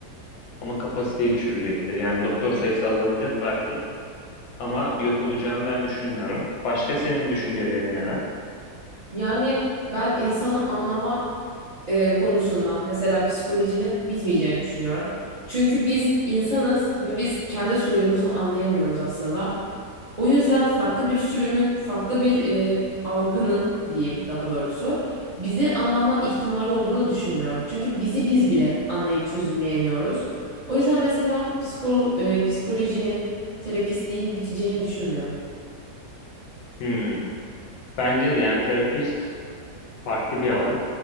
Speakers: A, on the left (about 80°); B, on the right (about 65°).
A: ama kapasiteyi düşürecektir. Yani doktor sayısı azalacak belki ama yok olacağını ben düşünmüyorum. Başka senin düşüncelerin neler?
B: Yani ben insanı anlama e, konusunda mesela psikolojinin bitmeyeceğini düşünüyorum. Çünkü biz insanız ve biz kendi soyumuzu anlayamıyoruz aslında. O yüzden farklı bir sürümün, farklı bir e, algının diyeyim daha doğrusu bizi anlama ihtimali olduğunu düşünmüyorum. Çünkü bizi biz bile anlayıp çözümleyemiyoruz. O yüzden mesela psikolo e, psikolojinin, terapistliğin biteceğini düşünmüyorum.
A: Hmm. Bence de yani terapist farklı bir alan.